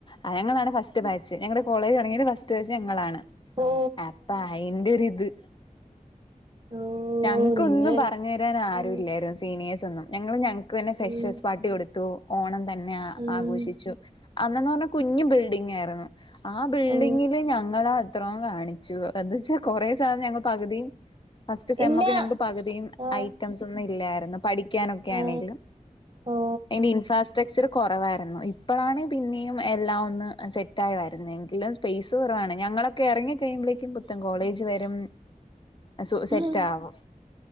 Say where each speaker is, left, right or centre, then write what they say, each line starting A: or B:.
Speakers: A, on the left; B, on the right.
A: അത ഞങ്ങളാണ് ഫസ്റ്റ്ബാച്ച് ഞങ്ങടെ കോളേജ് തൊടങ്ങിട്ട് ഫസ്റ്റ് ബാച്ച് ഞങ്ങളാണ്
B: ഓ
A: അപ്പൊ അയിന്റെ ഒരിത്
B: ഓ
A: ഞങ്ങക്കൊന്നും
B: ഓ നിങ്ങൾ
A: പറഞ്ഞു തരാൻ ആരു
B: ഉം
A: ഇല്ലായിരുന്നു സീനിയേഴസ് ഞങ്ങള് ഞ ക്ക്‌ പിന്നെ ഫ്രഷസ്
B: ഉം
A: പാട്ടി കൊടുത്തു ഓണം തന്നെ
B: ഉം
A: ആഘോഷിച്ചു അ അന്നന്ന് പറഞ്ഞ കുഞ്ഞു ബിൽഡിങ്ങാരുന്നു ആ ബിൽഡിങ്ങില്
B: ഓ
A: ഞങ്ങളാ അത്രോം കാണി ച്ചു എന്താച്ചാ കൊറേ സാധനം ഞങ്ങൾ പകുതിയും ത്ത് സെമൊക്കെ
B: ഇല്ല
A: ഞങ്ങക്ക് പകുതീം
B: ആ
A: ഐറ്റംസൊന്നും ഇല്ലാരുന്നു പഠിക്കാനൊക്കെ
B: ആ
A: ആണേലും
B: ഓ
A: അതിന്റെ ഇൻഫാസ്ട്രക്ചർ കൊറവായി രുന്നു ഇപ്പളാണ് പിന്നെയും എല്ലാം ഒന്ന് സെറ്റായി വരുന്നെ എങ്കിലും സ്പേസ് കൊറവാണ് ഞങ്ങള എറങ്ങി കഴിയുമ്പളേക്കുംപുത്തൻ കോളേജ് വരും സു സെ
B: ഉം
A: ട്ടാവും